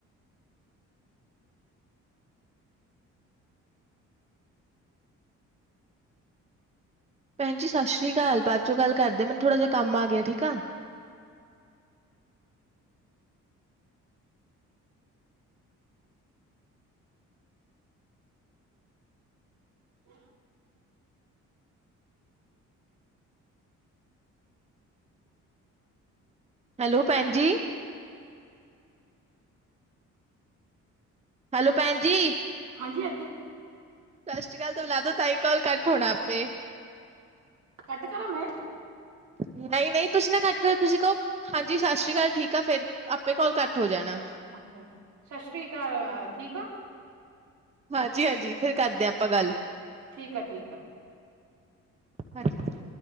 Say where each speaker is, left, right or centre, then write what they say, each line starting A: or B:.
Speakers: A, on the right (about 20°); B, on the right (about 70°).
A: ਭੈਣਜੀ, ਸਤਿ ਸ੍ਰੀ ਆਕਾਲ, ਥਾਦ ਚੋਂ ਗੱਲ ਕਰਦੇ, ਮੈਨੂੰ ਥੋੜਾ ਜਹਾ ਕੰਮ ਆ ਗਿਆ ਠੀਕ ਆ।
B: ਹ।
A: ਹੈਲੋ, ਭੈਣ ਜੀ। ਹੈਲੋ ਭੈਣ ਜੀ।
B: ਹਾਂਜੀ- ਹਾਂਜੀ।
A: ਫਸਟ ਕਾਲ ਤੋਂ ਲਾਦੋ, ਤਾਂ ਹੀ ਕਾਲ ਘੱਟ ਹੋਣਾ ਆਪੇ।
B: ਕਟ ਕਰਾ ਮੈਂ।
A: ਨਹੀਂ -ਨਹੀਂ, ਤੁਸੀਂ ਨਾ ਕਟ ਕਰੋ ਤੁਸੀਂ ਕਹੋ। ਹਾਂਜੀ, ਸਤਿ ਸ਼੍ਰੀ ਅਕਾਲ ਠੀਕ ਆ, ਫੇਰ ਆਪੇ ਕਾਲ ਕਟ ਹੋ ਜਾਣਾ।
B: ਅੱਛਾ, ਸਤਿ ਸ੍ਰੀ ਅਕਾਲ ਠੀਕ ਹੋ?
A: ਹਾਂਜੀ -ਹਾਂਜੀ, ਫਿਰ ਕਰਦੇ ਹਾਂ, ਆਪਾਂ ਗੱਲ
B: ਠੀਕ ਆ, ਠੀਕ ਆ।
A: ਹਾਂਜੀ।